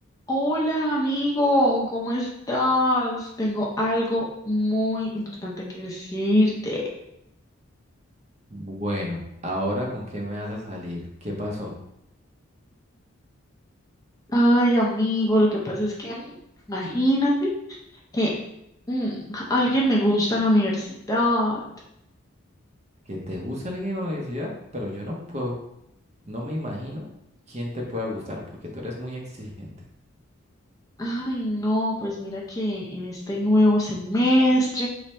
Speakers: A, on the left; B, on the right.
A: Hola amigo, ¿cómo estás? Tengo algo muy importante que decirte.
B: Bueno, ahora con qué me vas a salir. ¿Qué pasó?
A: Ay amigo, lo que pasa es que imagínate que mm, alguien me gusta en la universidad.
B: Que te gusta alguien en la universidad, pero yo no puedo, no me imagino quién te pueda gustar porque tú eres muy exigente.
A: Ay no, pues mira que en este nuevo semestre,